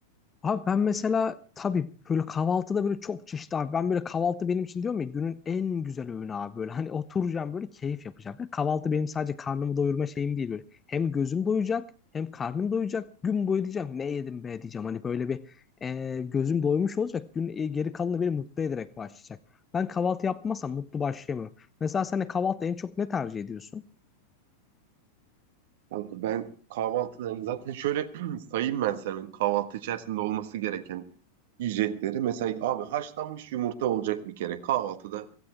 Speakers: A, on the left; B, on the right.
A: Abi ben mesela tabii böyle kahvaltıda böyle çok çeşitli abi. Ben böyle kahvaltı benim için diyorum ya günün en güzel öğünü abi böyle. Hani oturacağım böyle keyif yapacağım. Yani kahvaltı benim sadece karnımı doyurma şeyim değil böyle. Hem gözüm doyacak hem karnım doyacak. Gün boyu diyeceğim ne yedim be diyeceğim. Hani böyle bir e, gözüm doymuş olacak. Gün e, geri kalanı beni mutlu ederek başlayacak. Ben kahvaltı yapmazsam mutlu başlayamıyorum. Mesela sen de kahvaltı en çok ne tercih ediyorsun?
B: Kanka Ben kahvaltıda zaten şöyle <clears throat> sayayım ben senin kahvaltı içerisinde olması gereken yiyecekleri. Mesela abi haşlanmış yumurta olacak bir kere. Kahvaltıda